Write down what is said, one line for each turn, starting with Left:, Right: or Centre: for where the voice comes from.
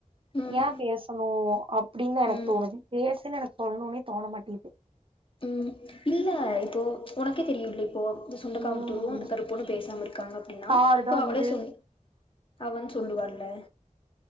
Left: ம்
Right: ஏன் பேசணும் அப்படின்னு எனக்கு
Left: ம்
Right: தோணுது பேசுன்னு எனக் சொல்லணும்ன்னே தோண மாட்டேங்கித்து
Left: உம் இல்ல இப்போ உனக்கே தெரியும் இப்டி போ அந்த சுண்டக்காமத்தூரு
Right: ம்
Left: அந்த கருப்பன்னு பேசாம இருக்காங்க அப்படின்னா
Right: சாரு
Left: இப்போ
Right: தா வந்து
Left: அவளே சொல்லி அவ சொல்லுவான்ல